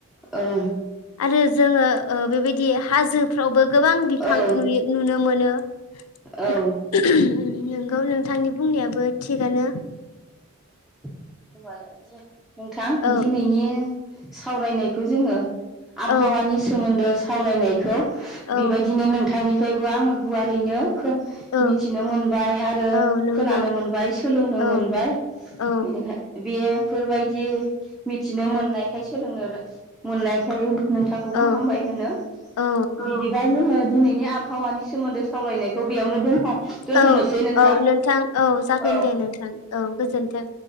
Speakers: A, in the centre; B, on the left (about 80°).
A: औ।
B: आरो जोङो ओ बेबायदि दि हाजोफ्रावबो गोबां बिफां
A: औ
B: नुयो नुनो मोनो
A: औ
B: उम नोंगौ नोंथांनि बुं बुंनायाबो थिगानो ।
A: होबालाय दि नोंथां
B: औ
A: दिनैनि सावरायनायखौ जोङो आबहावानि
B: औ
A: सोमोन्दो सावरायनायखौ
B: औ
A: बेबायदिनो नोंथांनि फ्रायबो आङो गुवारैनो
B: औ
A: मिथिनो मोनबाय आरो
B: औ नंगौ
A: खोनानो मोनबाय सोलोंनो
B: औ
A: मोनबाय
B: औ
A: बेनिखाय बेयो फोरबायदि मिथिनो मोननायखाय सोलोंनो रो मोननायखाय नोंथांखौबो
B: औ
A: हामबाय होनो
B: औ
A: बिदिबा जोङो दिनैनि आ भावानि सो सोमोन्दो सावरायनायखौ बेयावनो दोनथ' दोन्थ'नोसै
B: औ
A: नोंथां
B: औ जागोन
A: औ।
B: दे नोंथां औ गोजोन्थों